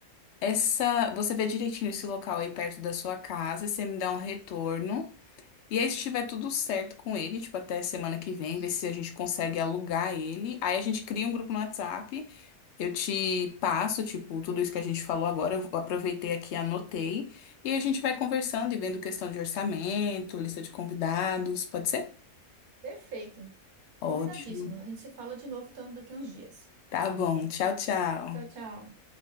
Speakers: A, on the left; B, on the right.
A: Essa, você vê direitinho esse local aí perto da sua casa, você me dá um retorno. E aí, se tiver tudo certo com ele, tipo, até semana que vem, ver se a gente consegue alugar ele. Aí a gente cria um grupo no WhatsApp. Eu te passo, tipo, tudo isso que a gente falou agora, eu aproveitei aqui, anotei, e a gente vai conversando e vendo questão de orçamento, lista de convidados, pode ser?
B: Perfeito.
A: Ótimo.
B: Combinadíssimo. A gente se fala de novo então daqui a uns dias.
A: Tá bom. Tchau, tchau.
B: Tchau, tchau.